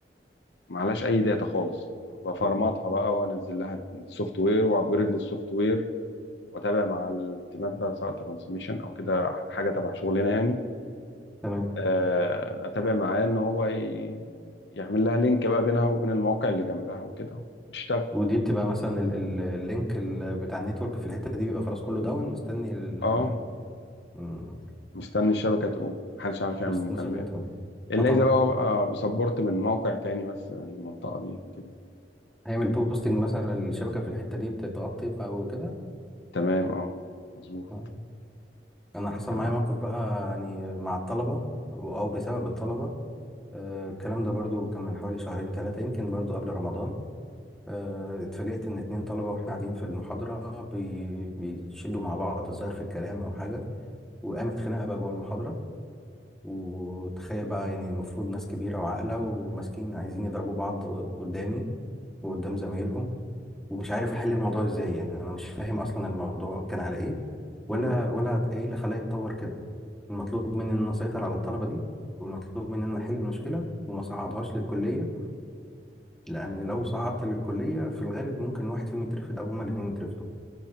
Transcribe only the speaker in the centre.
مم.
تمام
ودي بتبقى مثلا ال- ال- اللينك ال- بتاع النتورك في الحته دي بيبقى خلاص كله داون مستني ال-
مم،
مستني
الشبكه تقوم
اه طبعا
هيعمل بوستنج مثلا الشبكه في الحته دي بتتغطي وخ- وكده
آه. انا حصل
معايا موقف بقى يعني مع الطلبه او بسبب الطلبه آه، الكلام ده برضو كان من حوالي شهرين ثلاثه يمكن برضو قبل رمضان آه، اتفاجئت ان اتنين طلبه واحنا قاعدين في المحاضره بي- بيشدوا مع بعض ظاهر في الكلام او حاجه وقامت خناقه بقى جوه المحاضره وتخيل بقى يعني المفروض ناس كبيرة وعاقلة وماسكين عايزين يضربوا بعض قدامي وقدام زمايلهم ومش عارف احل الموضوع ازاي يعني انا مش فاهم اصلا الموضوع كان على ايه ولا
ولا ايه اللي خلاه يتطور كده المطلوب مني ان انا اسيطر على الطلبة دي والمطلوب مني ان انا احل المشكلة وما صعدهاش للكلية لان لو صعدت للكلية في الغالب ممكن واحد فيهم يترفد او هما الاتنين يترفدوا